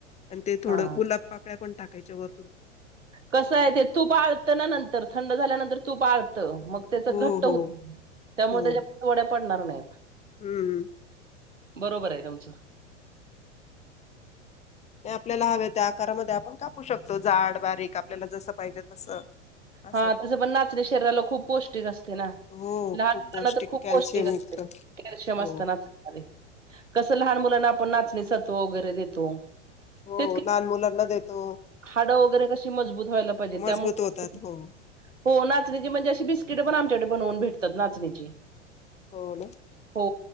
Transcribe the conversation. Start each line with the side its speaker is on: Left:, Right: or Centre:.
Left: आणि ते थोडं
Right: हा
Left: गुलाब पाकळ्या पण टाकायच्या वर
Right: कसं आहे ते, तूप आळतं ना नंतर थंड झाल्यानंतर तूप आळत- मग त्याच घट्ट
Left: हो
Right: होत,
Left: हो
Right: त्यामुळे
Left: हो
Right: त्याच्या वड्या पडणार नाही. <inaudible>
Left: हम्म.
Right: बरोबर आहे तुमचं.
Left: आपल्याला हवे त्या आकारामध्ये आपण कापून- शकतो, जाड बारीक आपल्याला जसं पाहिजे तसं- असं
Right: हा तसं पण नाचणे शरीराला खूप पौष्टिक असते ना,
Left: हो
Right: लहान
Left: खूप
Right: मुलांना
Left: पौष्टिक
Right: तर खूप
Left: कॅल्शियम
Right: पौष्टिक असते,
Left: युक्त
Right: कॅल्शियम
Left: हो.
Right: असतं नाचण्या मध्ये. कसं लहान मुलांना आपण नाचणी सातू वगैरे देतो,
Left: हो
Right: तेच
Left: लहान मुलांना देतो
Right: हाडं वगैरे कशी- मजबूत- व्हायला पाहिजे
Left: मजबूत
Right: त्यामुळे
Left: होतात हो.
Right: हो नाचणीची म्हणजे- बिस्किट पण आमच्याकडे बनवून भेटतात, नाचणीची.
Left: हो ना.
Right: हो